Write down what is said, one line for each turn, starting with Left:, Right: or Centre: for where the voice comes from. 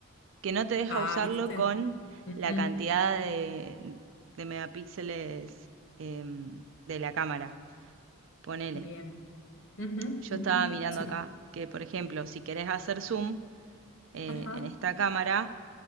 Right: que no te deja
Left: Ah,
Right: usarlo
Left: ¿viste?
Right: con
Left: Ujú,
Right: la cantidad de, de megapíxeles em, de la cámara. Ponele,
Left: Bien. Ujú,
Right: yo
Left: ujú,
Right: estaba mirando
Left: Sí.
Right: acá que, por ejemplo, si querés hacer zoom eh,
Left: Ajá.
Right: en esta cámara,